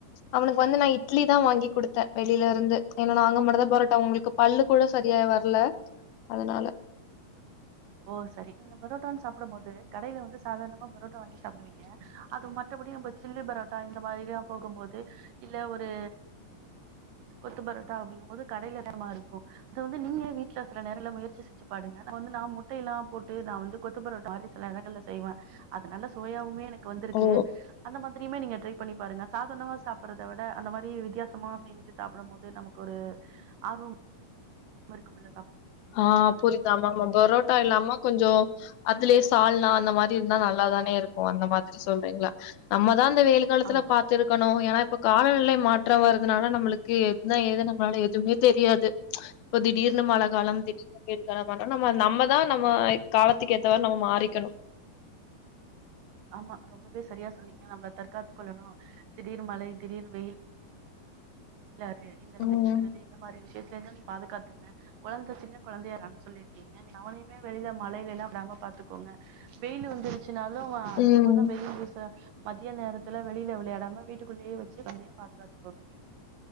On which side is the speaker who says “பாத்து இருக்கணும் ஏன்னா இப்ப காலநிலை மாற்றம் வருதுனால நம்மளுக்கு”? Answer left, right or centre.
Left